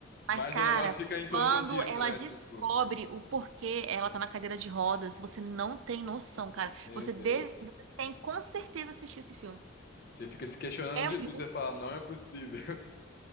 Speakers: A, on the right; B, on the left.
A: Mas,
B: Mas
A: cara,
B: o negócio fica em torno
A: quando
B: disso,
A: ela
B: né?
A: descobre
B: Tipo,
A: o porquê ela tá na cadeira de rodas, você não tem noção, cara.
B: meu
A: Você
B: Deus.
A: deve, você tem com certeza assistir esse filme.
B: Você fica se questionando
A: É
B: de
A: muito
B: tudo, você fala,
A: bom.
B: não é possível.